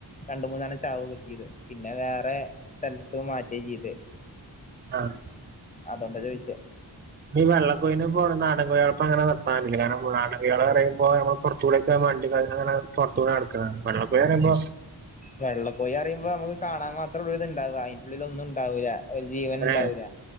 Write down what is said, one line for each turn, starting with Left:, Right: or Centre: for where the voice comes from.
Left: രണ്ട് മൂന്നെണ്ണം ചാവൊക്കെ ചെയ്തു പിന്നെ വേറെ സ്ഥലത്തത്ത് മാറ്റുക ചെയ്തെ
Right: ആഹ്
Left: അതൊണ്ടാ ചോദിച്ചേ
Right: ഈ വെള്ളക്കോയിനൊപ്പം നടൻകോഴികളെ ഇപ്പ അങ്ങനെ നിർത്താറില്ല കാരണം നാടൻകോഴികള് പറയുമ്പോ അത് നമ്മള് കൊറച്ചുടെക്കെ <unintelligible> അങ്ങനെ പൊറത്തൂടെ നടക്കണ് വെള്ള കോഴി പറയുമ്പോ
Left: വെള്ള കോയി പറയുമ്പോ നമുക്ക് കാണാൻ മാത്രം ഒരിത് ഇണ്ടാവ അയ് ഉള്ളില് ഒന്നും ഉണ്ടാവൂല ഒരു ജീവന്
Right: അങ്ങനെ
Left: ഉണ്ടാവൂല